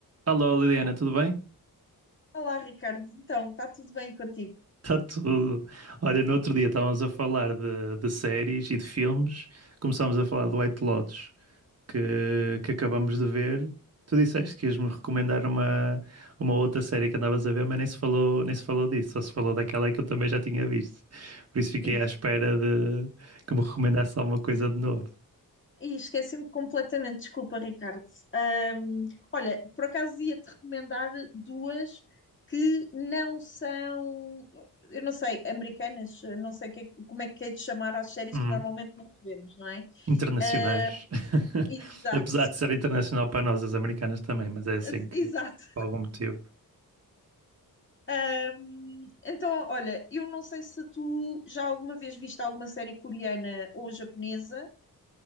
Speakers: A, on the right (about 45°); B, on the left (about 35°).
A: Alô Liliana, tudo bem?
B: Olá, Ricardo. Então, está tudo bem contigo?
A: Está tudo. Olha, no outro dia estávamos a falar de, de séries e de filmes, começámos a falar do White Lotus que, que acabamos de ver. Tu disseste que ias-me recomendar uma, uma outra série que andavas a ver, mas nem se falou, nem se falou disso, só se falou daquela que eu também já tinha visto. Por isso fiquei
B: Ih,
A: à espera de que me recomendasse alguma coisa de novo.
B: ih, esqueci-me completamente. Desculpa, Ricardo. Ahm, olha, por acaso ia-te recomendar duas que não são, eu não sei, americanas, eu não sei o que é que- como é que é de chamar às séries
A: Hum,
B: que normalmente não vemos, não é?
A: Internacionais.
B: Ah,
A: <laughs>
B: Exato,
A: Apesar de ser internacional para nós, as americanas também, mas é assim
B: <laughs>
A: que,
B: exato.
A: por algum motivo.
B: Ahm, então, olha, eu não sei se tu já alguma vez viste alguma série coreana ou japonesa.